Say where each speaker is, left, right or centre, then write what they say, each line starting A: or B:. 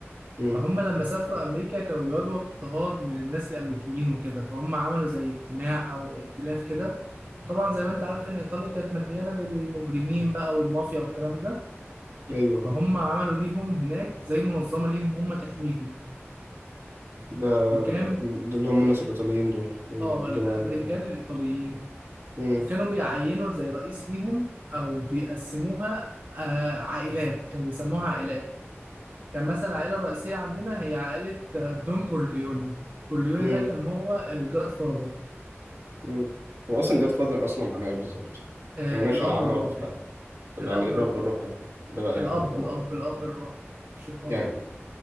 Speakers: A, on the right (about 70°); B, on the right (about 45°).
A: امم
B: فهم لما سافروا امريكا كانوا بيواجهوا اضطهاد من الناس الامريكيين وكده فهم عملوا زي اجتماع او ائتلاف كده وطبعا زي ما انت عارف ان ايطاليا كانت مليانه بالمجرمين بقى والمافيا والكلام ده
A: ايوه
B: فهم عملوا ليهم هناك زي منظمه ليهم هم تحميهم
A: ده
B: وكان
A: ده اللي هم الناس الايطاليين دول اللي
B: اه
A: هم الجماعه
B: الامريكان
A: دول اه
B: الايطاليين
A: امم
B: وكانوا بيعينوا زي رئيس ليهم او بيقسموها آه، عائلات كانوا بيسموها عائلات كان مثلا العائله الرئيسيه عندنا هي عائله آه، دون كورليوني كورليوني
A: امم
B: ده كان هو الجاد فاذر
A: امم هو أصلا جاد فاذر أصلا معناه إيه بالظبط
B: الاب
A: يعني ماشي العراب
B: الروحي
A: ف طب
B: الاب
A: يعني إيه الرب
B: الروحي
A: الروح ده ده بقى
B: الاب
A: يعني لو
B: الاب الاب الروحي مش الرب
A: يعني